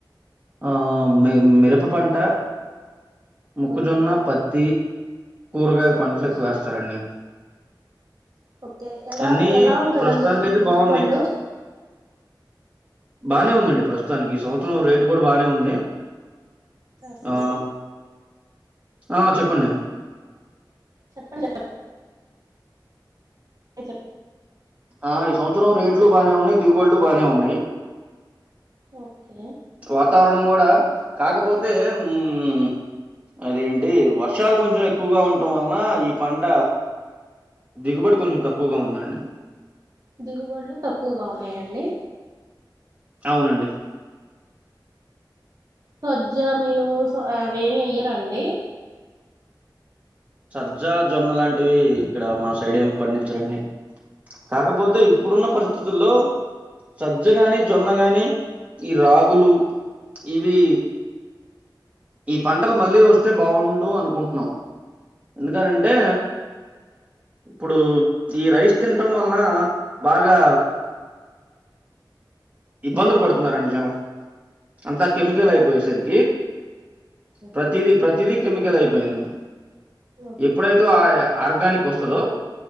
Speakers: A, on the right; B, on the right.
A: ఆ మిరప పంట ముక్కజొన్న
B: ఉమ్
A: పత్తి కూరగాయల పంటలు
B: ఓకే
A: ఎక్కువేస్తారండి
B: ఓకే ఎలా
A: అన్నీ
B: ఎలా ఉంటదండి
A: ప్రస్తుతానికైతే
B: దిగుబళ్ళు
A: బాగున్నాయి బానే ఉందండి ప్రస్తు తానికి ఈ సంవత్సరం రేటు కూడా బానే ఉంది
B: ఓకే
A: ఆ ఆ చెప్పండి
B: చెప్పండి చెప్పండ్ చెప్
A: ఆ ఈ సంవత్సరం రేట్లు బానే ఉన్నాయి దిగుబడులు బానే ఉన్నాయి
B: ఓకే
A: వాతావరణం కూడా కాకపోతే ఉమ్మ్ అదేంటి వర్షాలు కొంచెం ఎక్కువగా ఉంటం వలన ఈ పంట దిగుబడి కొంచెం తక్కువగా ఉందండి
B: దిగుబడులు తక్కువగా ఉన్నాయండి
A: అవునండి
B: సజ్జ మినుము స అవేమి ఎయ్యరాఅండి
A: సజ్జా జొన్న లాంటివి ఇక్కడ మా సైడ్ ఏం పండిచ్చరండి కాకపోతే
B: పండించరా
A: ఇప్పుడున్న పరిస్థితుల్లో సజ్జగాని జొన్నగాని ఈ రాగులు ఇవీ ఈ పంటలు మళ్ళీ వస్తే బావుండు అనుకుటున్నాం ఎందుకనంటే ఇప్పుడు ఈ రైస్ తిటం వలన ఆ బాగా.. ఇబ్బందులు పడుతున్నరండి జనం అంతా కెమికల్ అయిపోయేసరికి
B: ఓకే
A: ప్రతీది ప్రతీదీ కెమికల్ అయిపోయింది
B: ఓకే
A: ఎప్పుడైతే ఆ ఎ ఆర్గానిక్ వస్తదో